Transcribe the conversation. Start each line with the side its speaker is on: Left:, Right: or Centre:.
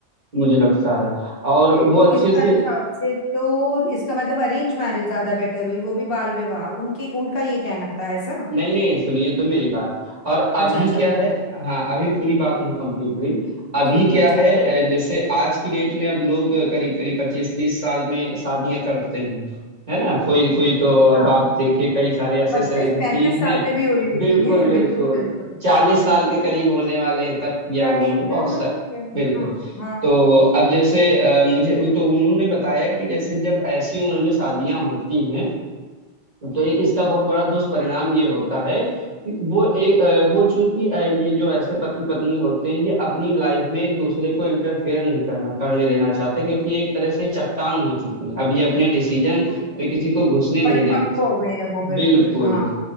Right: मुझे लगता है और
Left: ये
Right: वो
Left: तो
Right: अच्छे
Left: इसका
Right: से
Left: हिसाब से तो इसका मतलब अरेंज मैरिज ज्यादा बेटर हुई वो भी बाल विवाह उनकी उनका ये कहना था ऐसा
Right: नहीं नहीं सुनिए तो मेरी बात और अभी
Left: अच्छा अच्छा
Right: क्या
Left: बोलो
Right: है
Left: बोलो
Right: हाँ अभी पूरी बात नहीं कंप्लीट हुई अभी
Left: ठीक
Right: क्या
Left: है
Right: है
Left: ठीक है
Right: अ, जैसे आज की डेट में अब लोग करीब करीब पच्चीस तीस साल में शादियां करते हैं है ना कोई कोई तो अब
Left: हाँ
Right: आप देखिए कई सारे ऐसे
Left: बत्तीस
Right: सेलिब्रिटीज
Left: पैंतीस साल
Right: हैं
Left: में भी हो रही होती
Right: बिल्कुल
Left: है
Right: बिल्कुल
Left: बिल्कुल बिल्कुल
Right: चालीस
Left: हाँ
Right: साल के करीब होने वाले हैं तब किया
Left: राइट
Right: उन्होंने बहुत
Left: बिल्कुल
Right: सारे
Left: ठीक है
Right: बिल्कुल
Left: हाँ हाँ
Right: तो अब जैसे अ, मुझे तो उन्होंने बताया कि जैसे जब ऐसी उम्र में शादियां होती हैं तो एक इसका बहुत बड़ा दुष्परिणाम
Left: हाँ,
Right: ये होता है कि वो एक अ, वो चूंकि अ, ये जो ऐसे पति पत्नी होते हैं ये अपनी लाइफ में एक दूसरे को इंटरफेयर नहीं करना करने देना चाहते क्योंकि ये एक तरह से चट्टान हो चुकी हैं अब ये अपने डिसीजन
Left: ओके
Right: में किसी को घुसने नहीं
Left: परिपक्व
Right: देना चाहिए।
Left: हो गए हैं वो बिल्कुल
Right: बिल्कुल
Left: हाँ